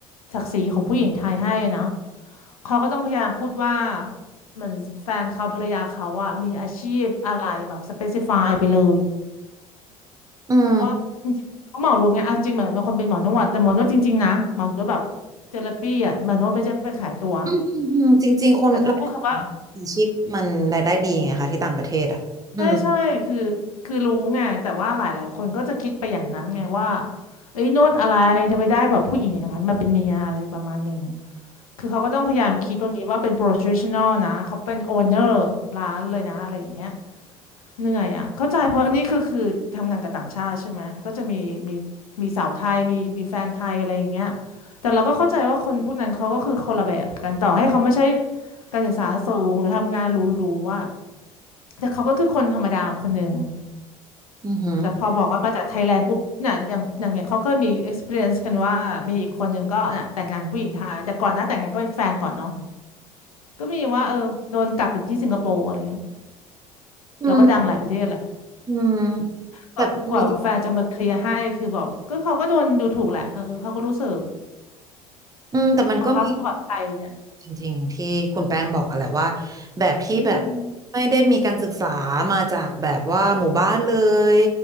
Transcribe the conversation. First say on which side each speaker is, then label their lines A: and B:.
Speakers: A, on the left; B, on the right.
A: ศักดิ์ศรีของผู้หญิงไทยให้นะเขาก็ต้องพยายามพูดว่าเหมือนแฟนเขาภรรยาเขาอะมีอาชีพอะไรแบบสเปซิฟายไปเลย
B: อืม
A: เพราะว่าจริงๆเขาเหมารวมไงเอาจริงๆเหมือนบางคนเป็นหมอนวดแต่หมอนวดจริงๆนะหมอนวดแบบเทอราปีอะหมอนวดไม่ใช่ไปขายตัว
B: อืมอืมอืมจริงๆคนรายได้ของอาชีพมันรายได้ดีไงคะที่ต่างประเทศอ่ะอืม
A: แต่ถ้าพูดคำว่าใช่ใช่คือคือรู้ไงแต่ว่าหลายๆคนก็จะคิดไปอย่างนั้นไงว่าเอ้ยโนวดอะไรจะไปได้แบบผู้หญิงอย่างนั้นมาเป็นเมียอะไรประมาณหนึ่ง คือเขาก็ต้องพยายามคิดตรงนี้ว่าเป็น professional นะเขาเป็น owner ร้านเลยนะอะไรอย่างเงี้ยเหนื่อยอ่ะเข้าใจเพราะนี่คือคือทำงานกับต่างชาติใช่ไหมก็จะมีมีมีสาวไทยมีมีแฟนไทยอะไรอย่างเงี้ยแต่เราก็เข้าใจว่าคนพวกนั้นเขาก็คือคนละแบบกันต่อให้เขาไม่ใช่การศึกษาสูงหรือทำงานหรูๆอ่ะแต่เขาก็คือคนธรรมดาคนหนึ่ง
B: อือหือ
A: แต่พอบอกว่ามาจากไทยแลนด์ปุ๊บเนี่ยอย่างอย่างอย่างเขาเคยมี experience กันว่ามีอีกคนหนึ่งก็เนี่ยแต่งงานกับผู้หญิงไทยแต่ก่อนหน้าแต่งงานก็เป็นแฟนก่อนเนาะ ก็มีว่าเออโดนกักอยู่ที่สิงคโปร์อะไรเงี้ย
B: อืม
A: เราก็ดังหลายประเทศแหละ
B: อืมแต่มันมี
A: กว่ากว่าแฟนจะมาเคลียร์ให้คือแบบก็เขาก็โดนดูถูกแหละเออเขาก็รู้สึก
B: อืมแต่มันก็มี
A: พอพาสปอร์ตไทยเนี่ย
B: จริงๆอย่างที่คุณแป้งบอกอะแหละว่าแบบที่แบบ
A: อืม
B: ไม่ได้มีการศึกษามาจากแบบว่าหมู่บ้านเลย